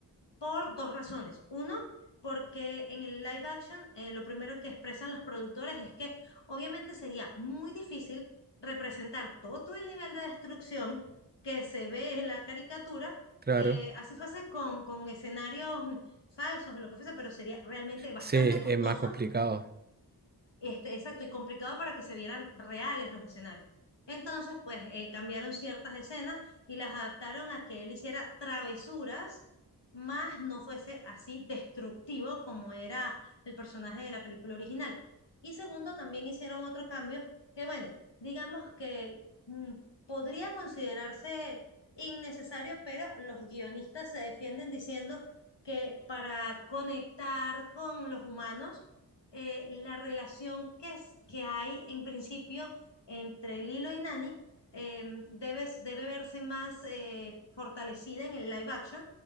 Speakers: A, on the left; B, on the right.
A: por dos razones. Uno, porque en el live action eh, lo primero que expresan los productores es que obviamente sería muy difícil representar todo todo el nivel de destrucción que se ve en la caricatura,
B: Claro.
A: eh, así fuese con, con escenarios falsos o lo que fuese, pero sería realmente
B: Sí,
A: bastante
B: es
A: costoso
B: más complicado.
A: este, exacto, y complicado para que se vieran reales los escenarios. Entonces, pues eh, cambiaron ciertas escenas y las adaptaron a que él hiciera travesuras, más no fuese así destructivo como era el personaje de la película original. Y segundo, también hicieron otro cambio que, bueno, digamos que mm, podría considerarse innecesario, pero los guionistas se defienden diciendo que para conectar con los humanos, eh, la relación que, es, que hay en principio entre Lilo y Nani eh, debe, debe verse más eh, fortalecida en el live action,